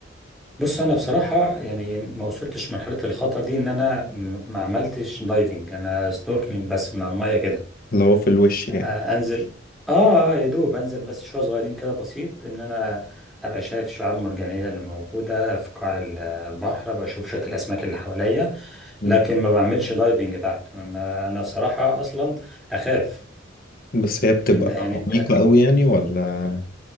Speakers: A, in the centre; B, on the left.
A: بص أنا بصراحة يعني ما وصلتش مرحلة الخطر دي إن أنا م- ما عملتش دايفنج أنا سنوركلينج بس من على المية كده
B: اللي هو في الوش يعني
A: آه، انزل اه آه، يا دوب انزل بس شويه صغيرين كده بسيط ان انا ابقى شايف شعاب مرجانيه اللي موجوده في قاع ال- البحر ابقى اشوف شويه الاسماك اللي حواليا
B: مم.
A: لكن ما بعملش دايفنج تحت انا انا بصراحه اصلا اخاف
B: بس هي بتبقى
A: يعني يعني-
B: عميقة
A: <laughs>
B: قوي يعني ولا